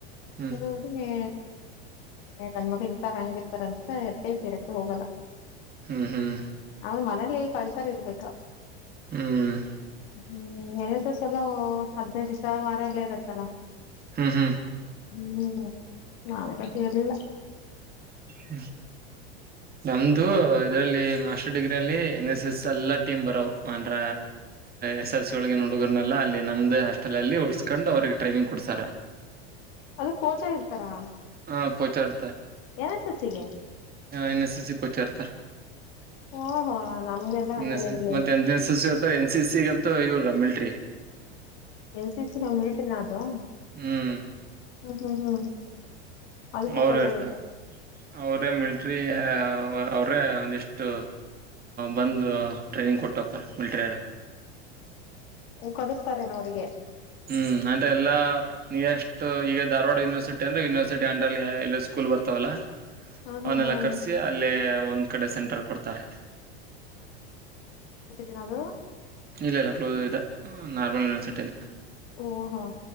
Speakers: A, on the right; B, on the left.
A: ಹ್ಮ್
B: ಕೆಲವ್ರಗೆ ಸಣ್ಣ ಮಗಿಿಗೆ ಸಾರ್ ಹಂಗಿರ್ತಾರ ಅನ್ಸ ಎದಕೈ ಸೀರಕ್ಕೆ ಹೋಗಲ್ಲ <unintelligible>
A: ಹ್ಮ್ ಹ್ಮ್
B: ಅವ್ರ ಮನೇಲಿ ಕಳ್ಸಾರ ಇರ್ಬೇಕಾ.
A: ಹ್ಮ್
B: ಹ್ಮ್ ಹ್ಮ್ ಎನ್ ಎಸ್ ಎಸ್ ಸಲ ಹದ್ನೈದ ದಿವ್ಸ ವಾರ ಎಲ್ಲ ಇರತ್ತಲ್ಲಾ.
A: ಹ್ಮ್ ಹ್ಮ್
B: ಹ್ಮ್ ನಾವೆಲ್ಲ ಸೇರ್ಲಿಲ್ಲ
A: ಹ್ಮ್ಮ್ ನಮ್ದು ಇದ್ರಲ್ಲಿ ಮಾಸ್ಟರ್ ಡಿಗ್ರಿಲ್ಲಿ ಎನ್ ಎಸ್ ಎಸ್ ಎಲ್ಲ ಟೀಮ್ ಬರೋವು ಅಂದ್ರ ಎಸ್ ಎಲ್ಸ ಒಳಗೀನುಡುಗರನೆಲ್ಲ ಅಲ್ಲಿ ನಮ್ದೇ ಹಾಸ್ಟೆಲ್ ಅಲ್ಲಿ ಉಳ್ಸ್ಕೊಂಡು ಅವ್ರಿಗೆ ಟ್ರೈನಿಂಗ್ ಕೊಡಸಾರ
B: ಅದುಕ ಕೋಚಾ ಇರ್ತಾರಾ.
A: ಹಾ ಕೋಚರ್
B: ಎನ್ ಎಸ್ ಎಸ್ ಗೆ
A: ಎನ್ ಎಸ್ ಸೇಸಿ ಕೋಚರ್ತ
B: ಓ ಹೋ ನಮ್ಗೆಲ್ಲಾ ಹಂಗೆಲ್ಲ
A: ಎಸ್ ಎಸ್
B: ಇರ್ಲಿಲ್ಲ
A: ಮತ್ತೆ N S S N C C ಗಂತೂ ಇವ್ರ ಮಿಲ್ಟ್ರಿ
B: ಎನ್ ಸಿ ಸಿ ನ ಮಿಲ್ಟ್ರಿ ನದು
A: ಹ್ಮ್
B: ಹ್ಮ ಹ್ಮ್ ಹ್ಮ್ ಅದಕ್ಕೂ
A: ಅವರು
B: ಕೋಚರ್
A: ಇರ್ತಾರ ಅವರೇ ಮಿಲ್ಟ್ರಿ ಅವ್ರೇ ಒಂದಿಷ್ಟು ಬಂದು ಟ್ರೈನಿಂಗ್ ಕೊಟ್ಟ ಹೋಕರ್ ಮಿಲ್ಟ್ರಗ
B: ಹ ಕಲಿಸ್ತಾರೇನ ಅವ್ರಿಗೆ
A: ಹ್ಮ್ ಅಂದ್ರೆ ಎಲ್ಲಾ ನಿಯೆಸ್ಟ್ ಈಗ ಧಾರವಾಡ ಯೂನಿವರ್ಸಿಟಿ ಅಂದ್ರೆ ಯೂನಿವರ್ಸಿಟಿ ಅಂಡರ್ ಎ ಸ್ಕೂಲ್ ಬರ್ತಾವಲ್ಲಾ
B: ಹ್ಮ್ ಹ್ಮ್
A: ಅವನ್ನೆಲ್ಲಾ
B: ಹ್ಮ್
A: ಕರ್ಸಿ ಅಲ್ಲೇ ಒಂದ್ ಕಡೆ ಸೆಂಟರ್ ಕೊಡ್ತ ತ್ತರ.
B: ಎನದು
A: ಇಲ್ಲ ಇಲ್ಲ ಕ್ಲೋಸ್ ಇದೆ ನಾರ್ಮಲ್ ಯುನಿವರ್ಸಿಟಿನೆ
B: ಓ ಹೋ